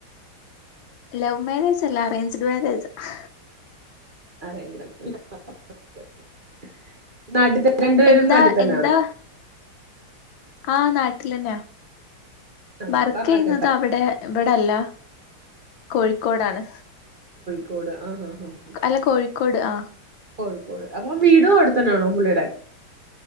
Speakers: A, on the left; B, on the right.
A: ലവ് മോരേജ് അല്ല അറേഞ്ച്ഡ് മാരേജ് ആ
B: <unintelligible> നാട്ട്ത്തെ രണ്ട് പേരും
A: എന്താ
B: നാട്ടി തന്നെയാണ്
A: എന്താ ആ നാട്ടിലന്നെയ
B: ആഹ്
A: വർകെയുന്നത്
B: അപ്പൊ അവിടൊക്കെ
A: അവ്ടെ ഇവിടെല്ല കോഴിക്കോടാണ്
B: കോട് ആ ആ
A: അല്ല കോഴിക്കോട് ആ
B: കോഴിക്കോട് അപ്പൊ വീടും അവിടെ തന്നെയാണോ പുള്ളിയടെ